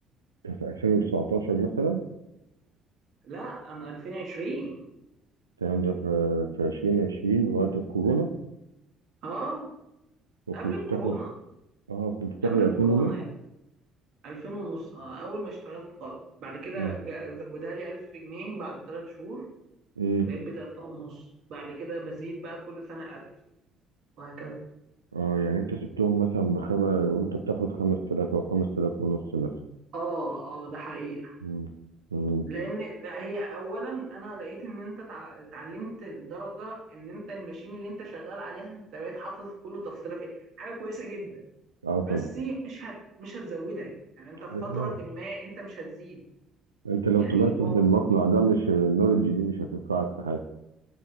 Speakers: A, on the right (about 80°); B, on the right (about 55°).
A: ده في 2019 مثلا
B: لا انا 2020
A: الكلام ده في في 2020 وقت الكورونا
B: اه
A: وكنت
B: قبل الكورونا
A: بتاخد اه كنت بتاخد
B: قبل
A: 2000
B: الكورونا
A: ونص
B: 2000 ونص اه اول ما اشتغلت خالص بعد كده
A: مم.
B: جا- زودها لي 1000 جنيه بعد 3 شهور
A: مم.
B: بقيت ب 3 ونص بعد كده بزيد بقى كل سنة 1000 وهكذا
A: اه يعني انت سبتهم مثلا بخمسة وانت بتاخد 5000 او 5000 ونص مثلا
B: اه اه ده حقيقة
A: مم. مم.
B: لان لا هي اولا انا لقيت ان انت تع- اتعلمت لدرجة ان انت الماشين اللي انت شغال عليها انت بقيت حافظ كل تفصيلة فيها حاجة كويسة جدا
A: اه طبعا
B: بس مش هت مش هتزودك يعني انت في
A: اه
B: فترة ما انت مش هتزيد
A: انت لو
B: يعني
A: طلعت من المصنع ده مش النولج دي مش هتنفعك في حاجة